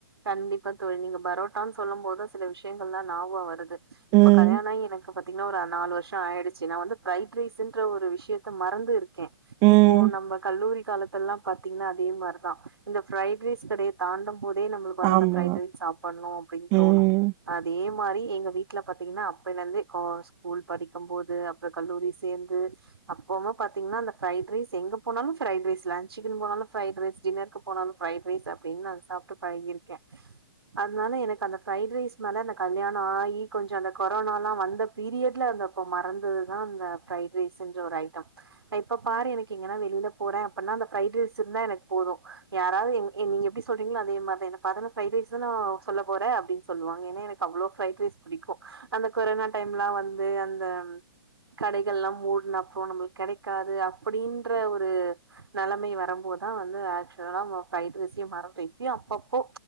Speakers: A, on the right (about 75°); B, on the right (about 30°).
A: கண்டிப்பா தோழி நீங்க பரோட்டான் சொல்லும் போது தா சில விஷயங்கள்லா ஞாபகோ வருது இப்ப
B: ம்,
A: கல்யாணாயி எனக்கு ப திங்கனா ஒரு நாலு வருஷோ ஆயிடுச்சு நா வந்து பிரைட் ரைஸ்ன்ற ஒரு விஷயத்த மறந்து இரு க்க
B: ம்.
A: இப்போ நம்ப கல்லூரி காலத்துல்லா பாத்திங்ன்னா அதே மார்தா இந்த பிரைட் ரைஸ் கடைய தாண்டும் போதே நம்பளுக்கு வந்து
B: ஆமா.
A: அந்த ப்ரைட் ரைஸ் சாப்பண்ணு அப்டின்
B: ம்,
A: தோணு அதே மாரி எங்க வீட்ல பாத்திங்ன்னா அப்பய்லர்ந்தே கா ஸ்கூல் படிக்கும் போது அப்பறோ கல்லூரி சேந்து அப்பமு பாத்திங்ன்னா அந்த ப்ரைட் ரைஸ் எங்க போனாலு ப்ரைட் ரைஸ் லன்ஞ்க்குன்னு போனாலு பிரைட் ரைஸ் டின்னருக்கு போனாலு பிரைட் ரைஸ் அப்டின்னு நா சாப்ட்டு பழகிருக்க அதனால எனக்கு அந்த ப்ரைடு ரைஸ் மேல அந்த கல்யாண ஆயி கொஞ்சோ அந்த கொரோனாலா வந்த பீரியட்ல அந்தப்ப மறந்தது தா இந்த ப்ரைட் ரைஸ்ஸுன்ற ஒரு ஐட்டம் எப்ப பாரு எனக்கு எங்கன்னா வெளில போறே அப்பன்னா அந்த ப்ரைடு ரைஸ் இருந்தா எனக்கு போது யாராவது எங் ஏ நீங்க எப்டி சொல்றீங்களோ அதே மார் தா என்ன பாத்தன்ன ஃப்ரைட் ரைஸ் தான சொல்ல போற அப்டின் சொல்வாங்க ஏன்ன எனக்கு அவ்ளோ ஃப்ரைட் ரைஸ் புடிக்கு அந்த கொரோனா டைம்லா வந்து அந்த கடைகள்லா மூடுன அப்பறோ நம்மளுக் கெடைக்காது அப்படின்ற ஒரு நலமை வரம்போதா வந்து ஆக்சுவலா நம்ம ஃப்ரைட் ரைஸ்சயூ <unintelligible> இப்பயூ அப்பப்போ